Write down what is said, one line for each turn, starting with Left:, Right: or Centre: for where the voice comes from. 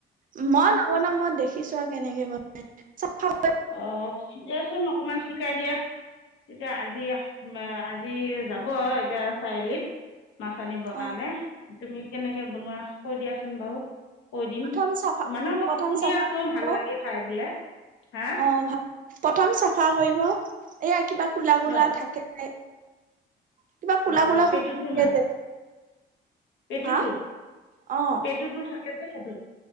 Right: মই নবনাওঁ মই দেখিছোহে কেনেকে বনাই <unintelligible>
Left: অ'দিয়াচোন অকমান শিকাই দিয়া তেতিয়া আজি <unintelligible> আজি যাব এতিয়া চাৰিআলিত মাছ আনিব কাৰণে
Right: অ',
Left: তুমি কেনেকে বনুৱা কৈ দিয়াচোন বাৰু? কৈ দিম
Right: প্ৰথম চাফা
Left: মানে মই
Right: প্ৰথম
Left: শুনি
Right: চাফা
Left: আছোঁ
Right: কৰিব
Left: ভাল লাগে খাই বোলে হা?
Right: অ, ভাল প্ৰথম চাফা কৰিব এইয়া কিবা কোলা, কোলা
Left: হয়
Right: থাকে যে কিবা কোলা,
Left: অঁ
Right: কোলা
Left: পেটুটো
Right: সোম <unintelligible>
Left: মানে পেটুটো
Right: হা, অ'।
Left: পেটুটো থাকে যে সেইটো?